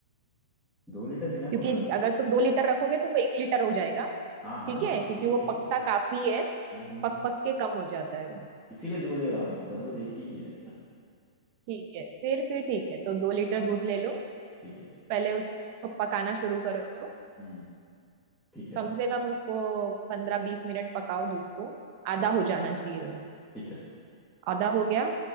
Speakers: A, in the centre; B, on the right.
A: दो लीटर इनफ
B: क्योंकि
A: होगा ना
B: अगर तुम दो लीटर रखोगे तो वो एक लीटर हो जाएगा
A: हाँ हाँ
B: ठीक है
A: इसीलिए
B: क्योंकि वो
A: तो
B: पकता काफी है
A: हम्म
B: पक पक के कम हो जाता है वो
A: इसीलिए दो ले रहा हूँ जरूरत एक ही की है
B: ठीक है फिर फिर ठीक है तो दो लीटर
A: हाँ
B: दूध ले लो
A: ठीक है
B: पहले उसको पकाना शुरू करो
A: हम्म ठीक है
B: कम से कम उसको पंद्रह बीस मिनट पकाओ दूध को आधा
A: ओ
B: हो जाना चाहिए वो
A: ठीक है
B: आधा हो गया